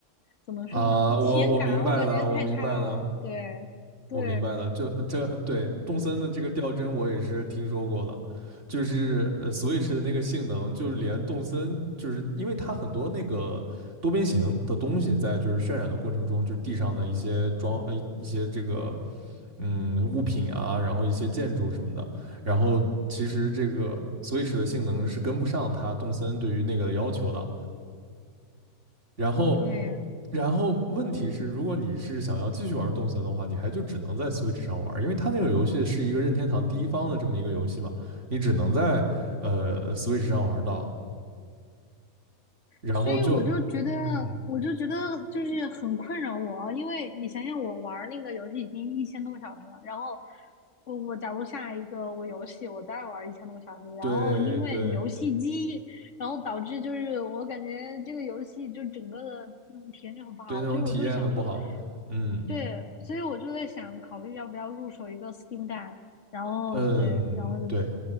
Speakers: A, on the left; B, on the right.
A: 怎么说呢，
B: 啊，我我明白的，
A: 体验感，我感觉太差了，
B: 我明白的，
A: 对对。
B: 我明白了，这这对动森的这个吊针我也是听说过的，就是呃 Switch 的那个性能，就是连动森，就是因为它很多那个多边形的东西在就是渲染的过程中，就是地上的一些装呃一些这个嗯物品啊，然后一些建筑什么的，然后其实这个 Switch 的性能是跟不上它动森对于那个的要求的，然后，
A: 对
B: 然后问题是，如果你是想要继续玩动森的话，你还就只能在 Switch 上玩，因为它那个游戏是一个任天堂第一方的这么一个游戏嘛，你只能在呃 Switch 上玩到，然后就嗯，
A: 所以我就觉得，我就觉得就是很困扰我啊，因为你想想，我玩那个游戏已经一千多个小时了，然后我我假如下一个我游戏我再玩一千多个小时，然后因为游戏机，
B: 对对
A: 然后导致就是我感觉这个游戏就整个的那种体验就很不好，
B: 对，那种体验很不好，
A: 所以我就是想说，
B: 嗯
A: 对，所以我就在想考虑要不要入手一个 Steam Deck，然后对，
B: 嗯，
A: 然后
B: 对，